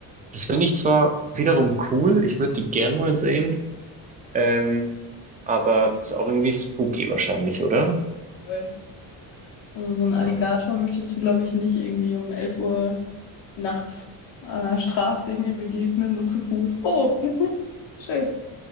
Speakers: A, on the right (about 20°); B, on the left (about 65°).
A: das finde ich zwar wiederum cool, ich würde die gern mal sehen, ähm, aber ist auch irgendwie spooky wahrscheinlich, oder?
B: Voll. Also so einen Alligator
A: Aber-
B: möchtest du, glaube ich, nicht irgendwie um 11 Uhr nachts an der Straße irgendwie begegnen, so zu Fuß. Oh, <laughs> schön.